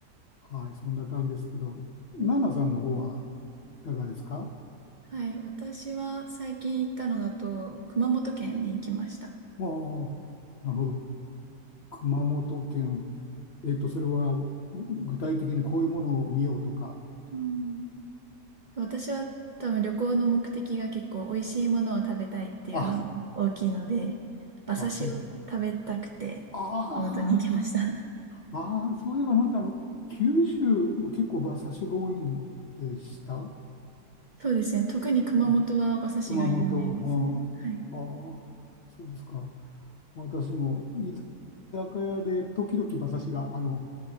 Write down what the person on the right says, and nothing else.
うん。
はい。私は最近行ったのだと熊本県に行きました。
うん。私は多分旅行の目的が結構美味しいものを食べたいっていうのが大きいので、
馬刺しを食べたくて熊本に行きました。
<laughs>
そうですね。特に熊本は馬刺しが有名ですね。
はい。